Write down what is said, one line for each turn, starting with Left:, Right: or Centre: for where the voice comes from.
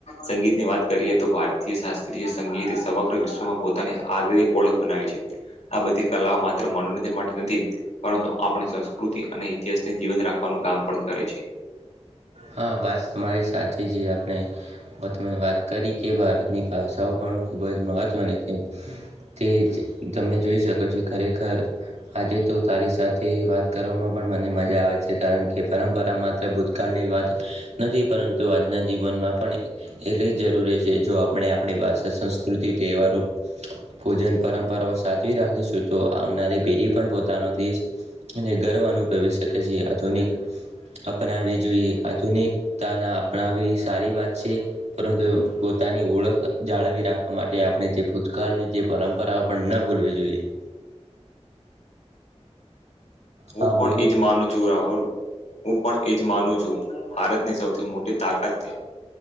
Left: સંગીતની વાત કરીએ તો ભારતીય શાસ્ત્રીય સંગીત સમગ્ર વિશ્વમાં પોત અને <unintelligible> થી ઓળખ બનાવે છે. આ બધી કલા માત્ર મનોરંજન માટે નથી, પરંતુ આપણે સંસ્કૃતિ અને ઇતિહાસને જીવંત રાખવાનું કામ પણ કરે છે.
Right: હા, વાત તમારી સાચી જે આપને બ તમે વાત કરી કે ભારતની ભાષાઓ પણ ખુબ જ મહત્વની છે. તેજ તમે જોઈ શકો છો, ખરેકખર આજે તો તારી સાથે વાત કરવામાં પણ મને મજા આવે છે, કારણ કે પરંપરા માત્ર ભૂતકાળની વાત નથી પરંતુ આજના જીવનમાં પણ એટલી જ જરૂરી છે, જો આપણે આપણી પાસે સંસ્કૃતિ તહેવારો ભોજન પરંપરાઓ સાચવી રાખીશું, તો આવનારી પેઢી પણ પોતાનો દેશ એને ગર્વ અનુભવી શકે છે, આધુનિક અપનાવી જોઈએ, આત આધુનિકતાના અપનાવી સારી વાત છે, પરંતુ પોતાની ઓળખ જાળવી રાખવા માટે આપણે જે ભૂતકાળની જે પરંપરાઓ પણ ન ભૂલવી જોઈએ. <inaudible>
Left: હું
Right: હા
Left: પણ
Right: બોલો
Left: એજ માનું છું, રાહુલ. હું પણ એજ માનું છું. ભારતની સૌથી મોટી તાકાત